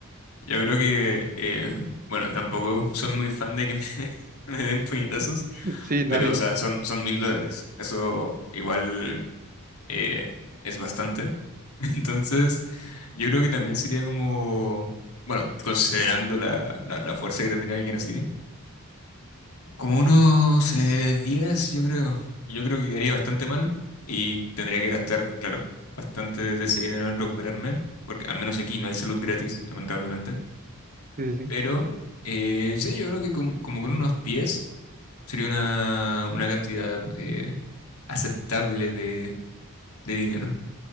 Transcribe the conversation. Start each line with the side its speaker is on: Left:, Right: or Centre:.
Left: Yo creo que, eh, bueno, tampoco soy muy fan de que me, <laughs> me den puñetazos,
Right: <laughs> Sí, nadie.
Left: pero, o sea, son, son mil dólares. Eso igual eh, es bastante. <laughs> Entonces, yo creo que también sería como, bueno, considerando la, la, la fuerza que tendría alguien así, como unos eh, 10, yo creo. Yo creo que quedaría bastante mal y tendría que gastar, claro, bastante de ese dinero en recuperarme, porque al menos aquí no hay salud gratis, lamentablemente.
Right: Sí, sí,
Left: Pero
Right: sí.
Left: eh, sí, yo creo que com- como con unos 10 sería una, una cantidad eh, aceptable de, de dinero.